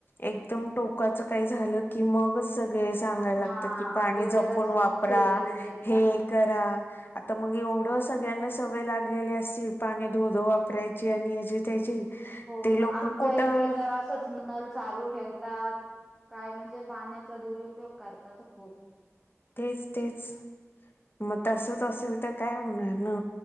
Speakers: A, on the left; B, in the centre.
A: एकदम टोकाचं काही झालं की मगच स सांगायला
B: हा
A: लागतात की पाणी
B: अगोदरच
A: जपून
B: कोण
A: वापरा
B: सिरियस घेत
A: हे
B: नाही
A: करा आता मग एवढं सगळ्यांना सवय लाग लेली असतील पाणी धोध वापरायची आणि हची त्याची
B: हो
A: ते लोक
B: आमच्या
A: कुठं
B: इकडे तर असच ना नल चालू ठेवतात काय म्हणजे पाण्याचा दुरुपयोग करतात खूप
A: तेच तेच मग तसच असेल तर काय होणार ना